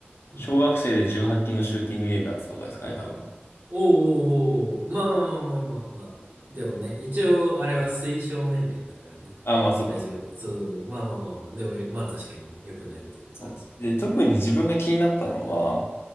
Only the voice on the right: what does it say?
うん。
おーおーおー、まあまあまあまあまあまあ。でもね、一応あれは推奨年齢だからね。
大丈夫。そう、まあまあまあまあ。でも、まあ確かにね良くないことではあるかも
ね。うん。